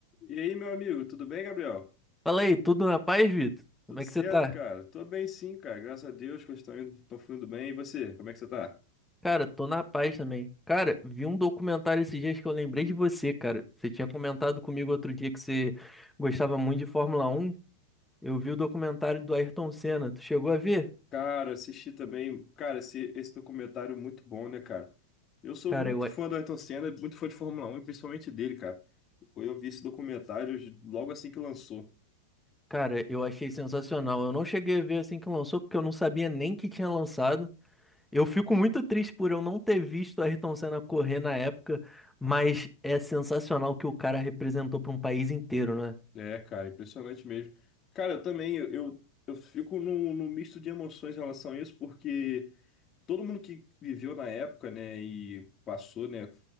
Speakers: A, on the left; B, in the centre.
A: E aí, meu amigo, tudo bem, Gabriel?
B: Fala aí, tudo na paz, Vitor? Como
A: Tudo
B: é
A: certo,
B: que você tá?
A: cara? Tô bem sim, cara. Graças a Deus que eu estou indo, tô fluindo bem. E você, como é que você tá?
B: Cara, tô na paz também. Cara, vi um documentário esses dias que eu lembrei de você, cara. Você tinha comentado comigo outro dia que você gostava muito de Fórmula Um. Eu vi o documentário do Ayrton Senna. Tu chegou a ver?
A: Cara, assisti também, cara, esse, esse documentário é muito bom, né, cara? Eu sou
B: Cara,
A: muito
B: eu, a-
A: fã do Ayrton Senna, muito fã de Fórmula Um, e principalmente dele, cara. Eu vi esse documentário logo assim que lançou.
B: cara, eu achei sensacional. Eu não cheguei a ver assim que lançou, porque eu não sabia nem que tinha lançado. Eu fico muito triste por eu não ter visto o Ayrton Senna correr na época, mas é sensacional o que o cara representou para um país inteiro, né?
A: É, cara, impressionante mesmo. Cara, eu também, eu, eu, eu fico num, num misto de emoções em relação a isso, porque todo mundo que viveu na época, né, e passou, né,